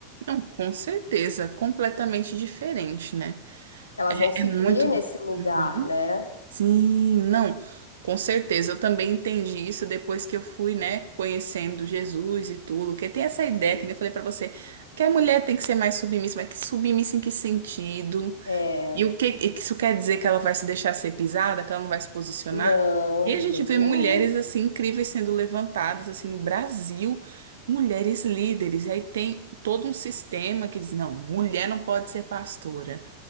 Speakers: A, on the right; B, on the left.
A: Não, com certeza, completamente diferente, né?
B: Elas vão se
A: É muito.
B: ver nesse lugar,
A: Uhum.
B: né?
A: Sim, não, com certeza. Eu também entendi isso depois que eu fui, né, conhecendo Jesus e tudo. Porque tem essa ideia
B: Sim.
A: que nem eu falei pra você, que a mulher tem que ser mais submissa, mas que submissa em que sentido?
B: É,
A: E o que e que isso quer dizer que ela vai se deixar ser pisada, que ela não vai se posicionar?
B: não,
A: E
B: de
A: a gente
B: jeito
A: vê mulheres
B: nenhum.
A: assim incríveis sendo levantadas assim no Brasil, mulheres líderes. E aí tem todo um sistema que diz, não, mulher não pode ser pastora.